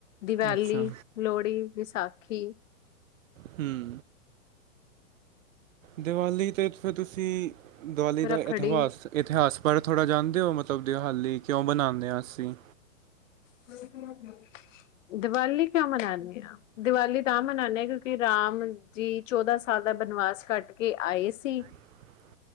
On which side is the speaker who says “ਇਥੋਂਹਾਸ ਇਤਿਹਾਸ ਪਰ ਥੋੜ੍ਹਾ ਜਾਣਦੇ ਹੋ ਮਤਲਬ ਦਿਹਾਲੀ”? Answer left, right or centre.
Right